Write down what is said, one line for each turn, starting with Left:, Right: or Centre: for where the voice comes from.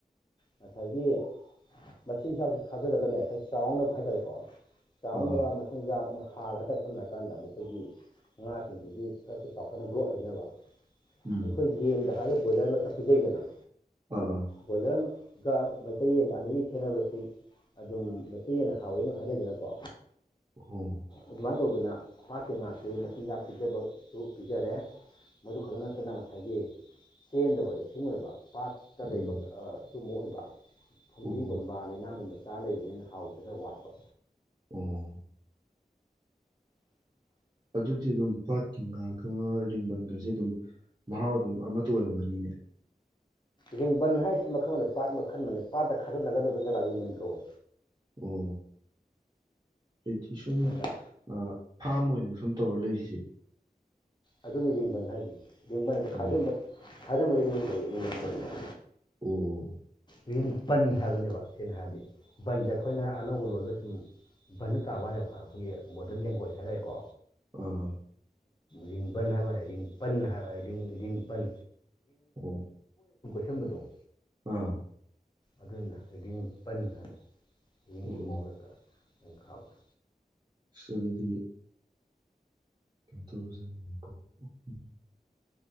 Left: ꯉꯁꯥꯏꯒꯤ ꯃꯆꯤꯟꯖꯥꯛꯁꯨ ꯊꯥꯗꯔꯒꯅꯦ ꯉꯁꯥꯏ ꯆꯥꯎꯅꯕ ꯍꯥꯏꯇꯥꯔꯦꯀꯣ ꯆꯥꯎꯅꯕ
Right: ꯑꯥ
Left: ꯃꯆꯤꯟꯖꯥꯛ ꯑꯃ ꯍꯥꯔ ꯍꯥꯏꯇꯥꯔꯦ ꯁꯝꯅꯔꯀꯥꯟꯗ ꯃꯈꯣꯏꯒꯤ ꯉꯥꯁꯤꯡꯗꯨꯗꯤ ꯈꯔꯊꯨꯅ ꯆꯥꯎꯈꯠꯅ ꯒ꯭ꯔꯣꯠ ꯂꯩꯅꯕ
Right: ꯎꯝ
Left: ꯑꯩꯈꯣꯏ ꯌꯦꯟꯗ ꯍꯥꯏꯔꯒ ꯕꯣꯏꯂꯔ ꯃꯆꯥ ꯄꯤꯖꯩꯗꯅ
Right: ꯑꯥ ꯑꯥ
Left: ꯕꯣꯏꯂꯔꯒ ꯃꯩꯇꯩ ꯌꯦꯟ ꯑꯅꯤꯒꯤ ꯈꯦꯠꯅꯕꯁꯤ ꯑꯗꯨꯝ ꯃꯩꯇꯩ ꯌꯦꯟꯅ ꯍꯥꯎꯋꯦꯅ ꯍꯥꯏꯅꯩꯗꯅꯀꯣ
Right: ꯑꯣ
Left: ꯑꯗꯨꯃꯥꯏꯅ ꯇꯧꯗꯅ ꯄꯥꯠꯀꯤ ꯉꯥꯁꯤ ꯃꯆꯤꯟꯖꯥꯛ ꯄꯤꯖꯕꯁꯨ ꯄꯤꯖꯔꯦ ꯃꯗꯨ ꯈꯛꯇ ꯅꯠꯇꯅ ꯉꯁꯥꯏꯒꯤ ꯆꯦꯟꯗꯕ ꯏꯁꯤꯡ ꯑꯣꯏꯕ ꯄꯥꯠꯇ ꯂꯩꯕ
Right: ꯎꯝ
Left: ꯑꯗꯨꯃ ꯑꯣꯏꯕ ꯐꯨꯝꯗꯤꯒꯨꯝꯕ
Right: ꯑꯣ
Left: ꯂꯩꯅꯥꯡꯒꯨꯝꯕ ꯁꯥ ꯂꯩꯕꯅꯤꯅ ꯍꯥꯎꯕꯗꯤ ꯈꯔ ꯋꯥꯠꯄ
Right: ꯑꯣ ꯑꯗꯨꯗꯤ ꯑꯗꯨꯝ ꯄꯥꯠꯀꯤ ꯉꯥꯒ ꯔꯤꯡꯕꯟꯒꯁꯦ ꯑꯗꯨꯝ ꯃꯍꯥꯎ ꯑꯗꯨꯝ ꯑꯃꯠꯇ ꯑꯣꯏꯔꯝꯒꯅꯤꯅꯦ
Left: ꯔꯤꯡꯕꯟ ꯍꯥꯏꯁꯤ ꯃꯈꯜ ꯑꯃꯗ ꯄꯥꯠ ꯃꯈꯟ ꯃꯅꯦ ꯄꯥꯠꯇ ꯈꯥꯖꯤꯜꯂꯒ ꯂꯩꯕ ꯖꯒꯥꯗꯨ ꯔꯤꯡꯕꯟ ꯀꯧꯋꯦ
Right: ꯑꯣ ꯑꯩꯗꯤ ꯁꯨꯝ
Left: ꯑꯗꯨꯒ
Right: ꯑ ꯐꯥꯝ ꯑꯣꯏꯅ ꯁꯨꯝ ꯇꯧꯔ ꯂꯩꯔꯤꯁꯦ
Left: ꯑꯗꯨꯅꯦ ꯔꯤꯡꯕꯟ ꯍꯥꯏꯁꯦ ꯔꯤꯡꯕꯟ ꯍꯥꯏꯗꯤ
Right: ꯑꯣ
Left: ꯈꯖꯟꯕ ꯈꯖꯟꯕꯁꯦ ꯔꯤꯡꯕꯟ ꯀꯧꯑꯦ <inaudible>
Right: ꯑꯣ
Left: ꯔꯤꯡꯄꯟ ꯍꯥꯏꯕꯅꯦꯕ ꯁꯦꯡꯅ ꯍꯥꯏꯔꯗꯤ ꯕꯟꯁꯦ ꯑꯩꯈꯣꯏꯅ ꯑꯅꯧꯕ ꯂꯣꯟꯗ ꯁꯨꯝ ꯕꯟꯗ ꯇꯥꯕ ꯋꯥꯅꯦꯕ ꯑꯩꯈꯣꯏꯒꯤ ꯃꯣꯗ꯭ꯔꯟ ꯂꯦꯡꯒ꯭ꯋꯦꯖ ꯍꯥꯏꯇꯥꯔꯦꯀꯣ
Right: ꯑ
Left: ꯔꯤꯡꯕꯟ ꯍꯥꯏꯕꯅꯦ ꯔꯤꯡꯄꯟ <inaudible> ꯔꯤꯡꯄꯟ
Right: ꯎꯝ
Left: ꯁꯟꯕꯗꯣ
Right: ꯑꯥ
Left: ꯑꯗꯨꯅ <inaudible> ꯔꯤꯡꯄꯟ ꯍꯥꯏꯕ ꯌꯤꯡꯒꯤ
Right: ꯑꯣ
Left: ꯃꯑꯣꯡꯗ ꯇ ꯍ ꯈꯥꯎꯗ
Right: ꯁ ꯑꯩꯗꯤ ꯀꯩ <inaudible> ꯇꯧꯕ <inaudible> ꯅꯦꯀꯣ ꯑꯣꯀꯦ